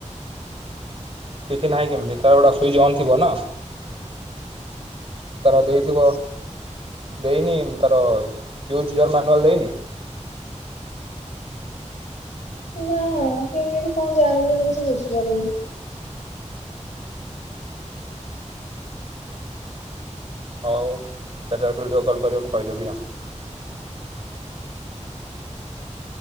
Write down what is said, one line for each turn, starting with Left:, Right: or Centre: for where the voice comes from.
Right: କିଛି ନାହିଁ କେମିତି ତାର ଗୋଟା ସୁଇଚ୍ ଅନ୍ ଥିବ ନା। ତାର ଦେଇଥିବ ଦେଇନି ତାର ୟୁଜ ରମାନୁଆଲ ଦେଇନି?
Left: ନା କେମିତି କଣ ଜାଣିବି ମୁଁ କିଛି ବୁଝିପାରୁନି?
Right: ହଉ କେତେଳେ ଭିଡିଓ କଲ୍ କରିବ ମୁଁ କହିଦେବି ଆଉ। ହୁଁ